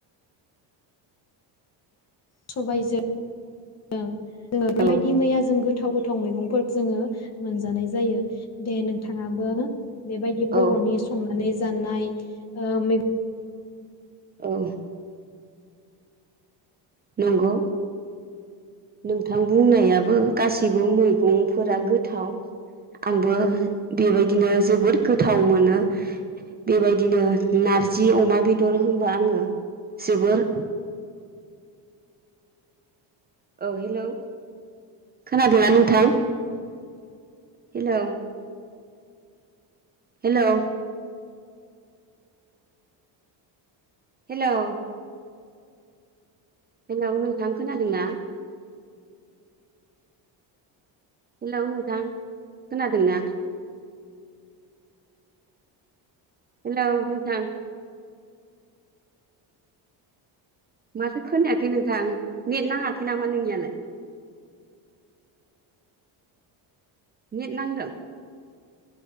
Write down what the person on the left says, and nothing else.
सबबायजों जों जोङो बेबायदि
मैया <unintelligible> जों गोथाव गोथाव गोथां मैगंफोर जोङो मोनजानाय जायो जायो दे नोंथाङाबो बेबायदि बर'नि
संनानै जानाय आ म <inaudible>